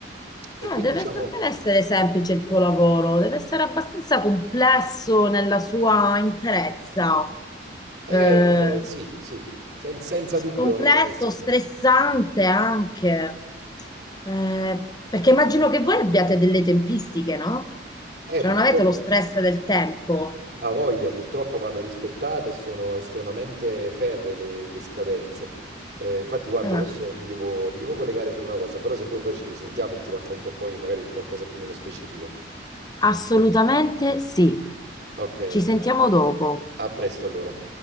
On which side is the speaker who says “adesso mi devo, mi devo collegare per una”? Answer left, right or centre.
Right